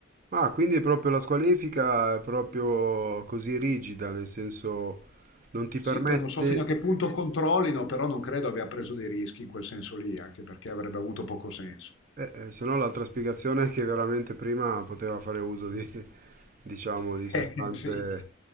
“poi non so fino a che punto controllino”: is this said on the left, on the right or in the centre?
Left